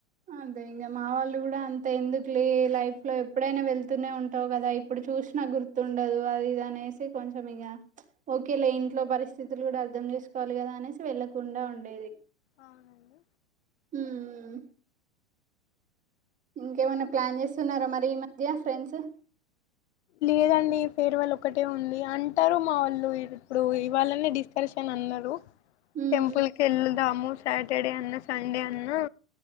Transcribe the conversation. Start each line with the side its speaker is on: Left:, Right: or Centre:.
Right: అదే ఇంగ మా వాళ్ళు కూడా అంత ఎందుకులే, లైఫ్ లో ఎప్పుడైనా వెళ్తూనే ఉంటావు కదా ఇప్పుడు చూ చూసిన గుర్తుండదు అది ఇది అనేసీ కొంచం ఇగ ఓకే లే ఇంట్లో పరిస్థితులు కూడా అర్థం చే చేసుకోవాలి కదా అనేసి వెళ్ళకుండా ఉండేది
Left: అవునండి
Right: ఉమ్ ఇంకేమన్నా ప్లాన్ చేస్తున్నారా మరి ఈ మధ్య ఫ్రెండ్సు.
Left: లేదండి ఫేర్వెల్ ఒకటే ఉంది అంటారు మా వాళ్ళు ఇప్పుడు ఇవాళనే డిస్కర్షన్ అన అన్నారు
Right: ఉమ్
Left: టెంపుల్ కి వెళదాము సాటర్డే అన్నా సండే అన్నా.